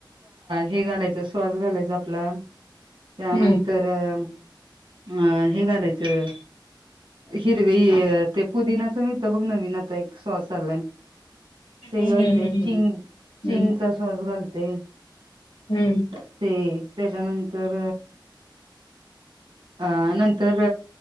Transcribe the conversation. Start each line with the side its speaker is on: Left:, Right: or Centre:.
Right: हे घालायचं स्वास घालायच आपला त्यानंतर
Left: हम्म
Right: अं हे घालायचं हिरवी ते पुदिनाच मळत बघ नवीन आता एक सोस आलाय ते
Left: हम्म
Right: घालते चिंग चिंगचा
Left: हम्म
Right: स्वास घालते,
Left: हम्म
Right: ते त्याच्यानंतर अ नंतर